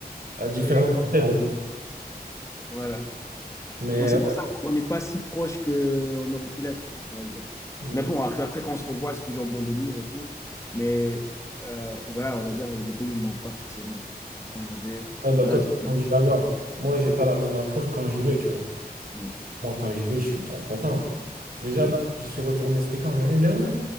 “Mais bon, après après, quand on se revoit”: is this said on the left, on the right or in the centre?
Left